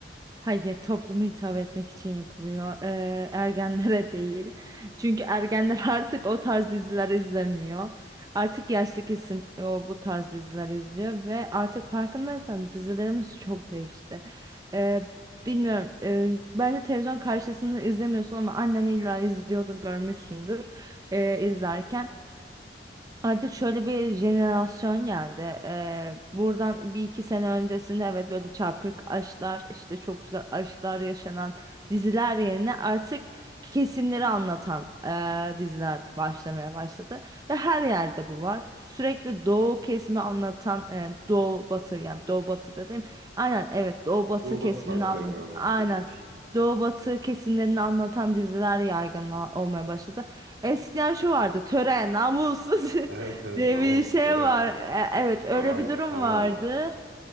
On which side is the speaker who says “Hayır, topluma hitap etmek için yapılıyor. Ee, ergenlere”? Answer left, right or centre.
Right